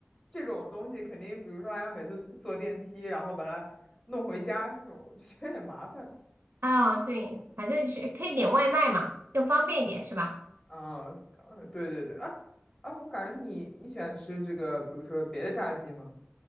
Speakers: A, on the left; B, on the right.
A: 这种东西肯定，比如说还要每次坐坐电梯，然后把它弄回家这种，我就觉得有点麻烦。
B: 啊，对，反正就是可以点外卖嘛，更方便一点是吧？
A: 啊，呃对对对，啊啊，我感觉你你喜欢吃这个，比如说别的炸鸡吗？